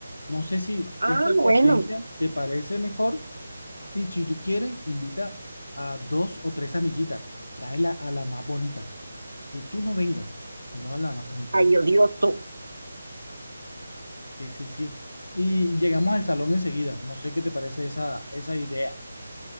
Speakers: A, on the left; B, on the right.
A: No sé si
B: Ah,
A: esta estrategia
B: bueno,
A: te parece mejor Y si tú quieres, invita a dos o tres amiguitas, tráela a las más bonitas. Si tú no vengas, sino a las más bonitas.
B: ay, odioso.
A: Sí, sí, sí. Y llegamos al salón enseguida. No sé qué te parece esa, esa idea.